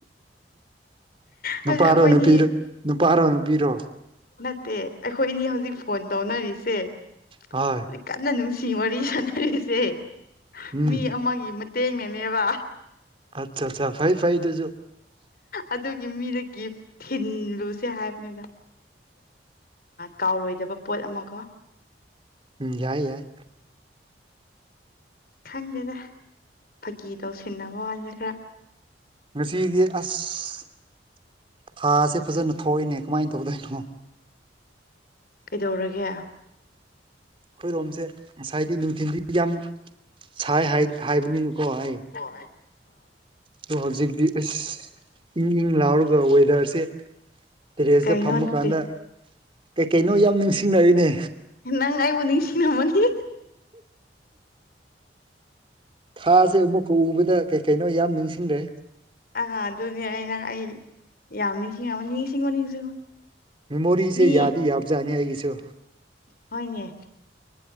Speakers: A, on the left; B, on the right.
A: ꯍꯥꯏꯗꯤ
B: ꯅꯨꯄꯥꯔꯣ
A: ꯑꯩꯈꯣꯏꯅꯤ
B: ꯅꯨꯄꯤꯔꯣ ꯅꯨꯄꯥꯔꯣ ꯅꯨꯄꯤꯔꯣ
A: ꯅꯠꯇꯦ ꯑꯩꯈꯣꯏ ꯏꯅꯤ ꯍꯧꯖꯤꯛ ꯐꯣꯟ ꯇꯧꯅꯔꯤꯁꯦ
B: ꯍꯣꯏ
A: ꯍꯧꯖꯤꯛ ꯀꯟꯅ ꯅꯨꯡꯁꯤ ꯋꯥꯔꯤ ꯁꯥꯟꯅꯔꯤꯁꯦ
B: ꯎꯝ
A: ꯃꯤ ꯑꯃꯒꯤ ꯃꯇꯦꯡꯅꯅꯦꯕ
B: ꯑꯆꯥ ꯑ ꯐꯩ ꯐꯥꯏꯗꯨꯖꯣ
A: ꯑꯗꯨꯒꯤ ꯃꯤꯗ ꯒꯤꯐ ꯊꯤꯜꯂꯨꯁꯦ ꯍꯥꯏꯕꯅꯤꯗ ꯀꯥꯎꯔꯣꯏꯗꯕ ꯄꯣꯠ ꯑꯃ ꯀꯣ
B: ꯌꯥꯏ ꯌꯥꯏ
A: ꯈꯪꯗꯦꯗ ꯐꯥꯀꯤ ꯇꯧꯁꯤꯟꯅꯕ ꯋꯥꯅꯤꯅ ꯈꯔ
B: ꯉꯁꯤꯗꯤ ꯑꯁ ꯊꯥꯁꯦ ꯐꯖꯅ ꯊꯣꯛꯏꯅꯦ ꯀꯃꯥꯏꯅ ꯇꯧꯗꯣꯏꯅꯣ
A: ꯀꯩꯗꯧꯔꯒꯦ
B: ꯑꯩꯈꯣꯏꯔꯣꯝꯁꯦ ꯉꯁꯥꯏꯗꯤ ꯅꯨꯡꯊꯤꯟꯜꯗꯤ ꯌꯥꯝ ꯁꯥꯏ ꯍꯥꯏꯕꯅꯤꯅꯀꯣ ꯑꯩ
A: ꯍꯣꯏ
B: ꯑꯗꯣ ꯍꯧꯖꯤꯛꯇꯤ ꯑꯁ ꯏꯪ ꯏꯪ ꯂꯥꯎꯔꯒ ꯋꯦꯗꯔꯁꯦ ꯇꯦꯔꯦꯖꯇ
A: ꯀꯩꯅꯣ
B: ꯐꯝꯃꯀꯥꯟꯗ
A: ꯑꯗꯨꯗꯤ
B: ꯀꯩ ꯀꯩꯅꯣ ꯌꯥꯝ ꯅꯤꯡꯁꯤꯡꯅꯔꯤꯅꯦ
A: ꯅꯪꯥꯏꯕꯨꯗꯤꯁꯤꯅ ꯃꯅꯤ
B: ꯊꯥꯁꯦ ꯑꯃꯨꯛꯀ ꯎꯕꯗ ꯀꯩ ꯀꯩꯅꯣ ꯌꯥꯝ ꯅꯤꯡꯁꯤꯡꯈ꯭ꯔꯦ
A: ꯑꯥ ꯑꯗꯨꯅꯤ ꯑꯩꯅ ꯑꯩ ꯌꯥꯝ ꯅꯤꯡꯁꯤꯡ ꯌꯥꯝ ꯅꯤꯡꯁꯤꯡꯉꯣ ꯅꯤꯡꯁꯤꯡꯉꯣ
B: ꯃꯦꯃꯣꯔꯤꯁꯦ
A: ꯃꯤ
B: ꯌꯥꯗꯤ ꯌꯥꯕꯖꯥꯠꯅꯤ ꯑꯩꯒꯤꯁꯨ
A: ꯍꯅꯦ